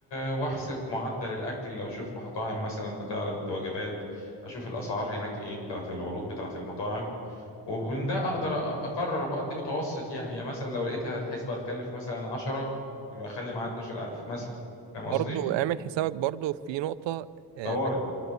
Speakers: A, on the left; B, on the right.
A: واحسب معدل الاكل لو اشوف مطاعم مثلا بتعرض وجبات اشوف الاسعار هناك ايه بتاعت العروض بتاعت المطاعم ومن ده اقدر اقرر بقدي متوسط يعني يعني مثلا لو لقيت الحسبة هتكلف مثلا 10 يبقى اخلي معايا 12000 مثلا فاهم قصدي
B: برضو اعمل حسابك برضو في نقطة آه،
A: طوارئ
B: انك